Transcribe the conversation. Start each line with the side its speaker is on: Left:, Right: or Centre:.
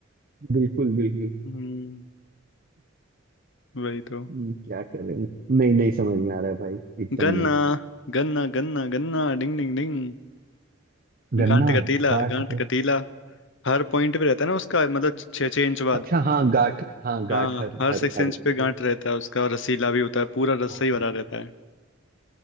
Right: बिल्कुल बिल्कुल
Left: हम्म वही तो
Right: हम्म, क्या कर रहे हैं नहीं नहीं समझ में आ रहा है भाई एकदम
Left: गन्ना
Right: नहीं
Left: गन्ना गन्ना गन्ना डिंग डिंग डिंग
Right: गन्ना
Left: गांठ कटीला
Right: गाठ
Left: गांठ
Right: है।
Left: कटीला हर पॉइंट पे रहता है ना उसका मतलब छः छः इंच बाद
Right: अच्छा हाँ गाठ हाँ गाठ
Left: हाँ
Right: हर
Left: हर
Right: हर
Left: सिक्स
Right: हर
Left: इंच
Right: हर।
Left: पे गांठ रहता है उसका और रसीला भी होता है पूरा रस्सा
Right: हाँ
Left: ही भरा
Right: ठीक
Left: रहता है